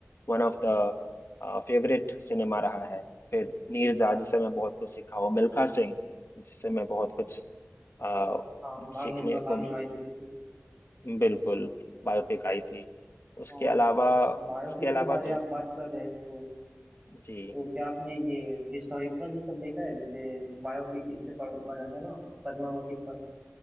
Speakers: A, on the left; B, on the right.
A: one of the favourite cinema रहा है फिर नीरजा जिससे मैं बहुत कुछ सीखा हूँ मिल्खा सिंह जिससे मैं बहुत कुछ अ,
B: हाँ भाग
A: सीखने
B: मिल्खा भाग
A: को
B: जो आई थी इसकी
A: बिल्कुल बायोपिक आई थी
B: तो
A: उसके अलावा
B: बायोपिक
A: उसके अलावा
B: के बारे
A: जो
B: में आप बात कर रहे हैं तो
A: जी
B: तो क्या आपने ये हिस्टोरिकल ये सब देखा है जैसे बायोपिक इस पे पर- बना था ना पद्मावती पर